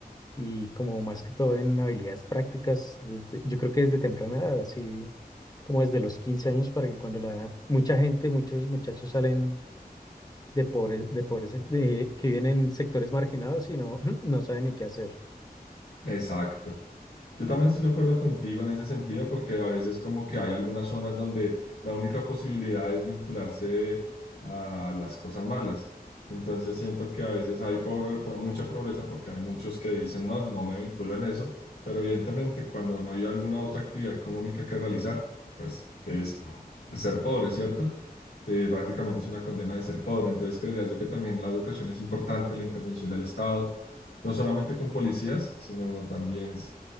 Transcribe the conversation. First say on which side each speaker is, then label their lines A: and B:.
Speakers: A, on the left; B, on the left.
A: y como más que todo en habilidades prácticas, desde- yo creo que desde temprana edad, así como desde los 15 años, para que cuando la mucha gente, muchos muchachos salen de pobres, de pobres, de- que vienen en sectores marginados y no, <clears throat> no saben ni qué hacer.
B: Exacto. Yo también estoy de acuerdo contigo en ese sentido, porque a veces como que hay algunas zonas donde la única posibilidad es vincularse a las cosas malas. Entonces siento que a veces hay pobre- po- mucha pobreza porque hay muchos que dicen, no, no me vinculo en eso, pero evidentemente cuando no hay alguna otra actividad económica que realizar, pues es ser pobre, ¿cierto? Eh, prácticamente es una condena de ser pobre. Entonces creería yo que también la educación es importante, la intervención del Estado no solamente con policías, sino también